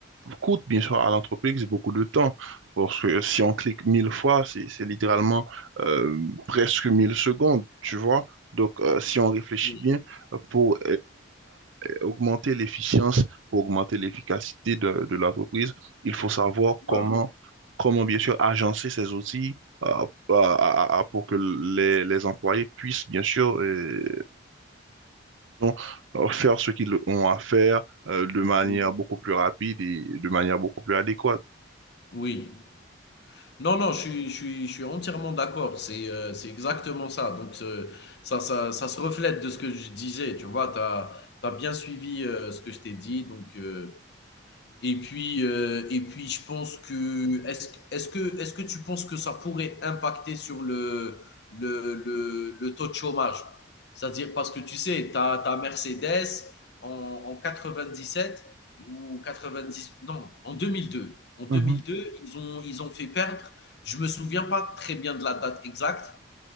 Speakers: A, on the right (about 75°); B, on the left (about 55°).
A: coûtent, bien sûr, à l'entreprise beaucoup de temps. Parce que si on clique mille fois, c'est c'est littéralement euh, presque mille secondes, tu vois. Donc, euh, si on réfléchit
B: oui,
A: bien, euh, pour augmenter l'efficience, pour augmenter l'efficacité de, de l'entreprise, il faut savoir
B: ouais,
A: comment, comment bien sûr agencer ces outils euh, à- à- à- pour que les, les employés puissent bien sûr, euh, disons, euh, faire ce qu'ils ont à faire euh, de manière
B: oui,
A: beaucoup plus rapide et de manière beaucoup plus adéquate.
B: oui. Non, non, je suis, je suis, je suis entièrement d'accord. C'est, euh, c'est exactement ça. Donc, ce- ça, ça, ça se reflète de ce que je disais. Tu vois, tu as, bien suivi euh, ce que je t'ai dit. Donc, euh, Et puis, euh, et puis, je pense que est-ce est-ce que est-ce que tu penses que ça pourrait impacter sur le le, le, le taux de chômage? C'est-à-dire parce que tu sais, tu as, Mercedes en, en 97 ou 90, non, en 2002. En 2002,
A: Mhm,
B: ils ont ils ont fait perdre. Je me souviens pas très bien de la date exacte,